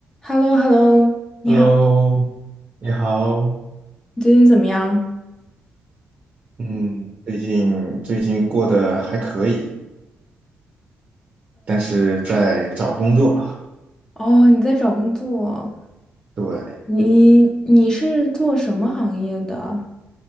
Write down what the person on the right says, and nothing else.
Hello，你好。
嗯，最近最近过得还可以，但是在找工作啊。
对，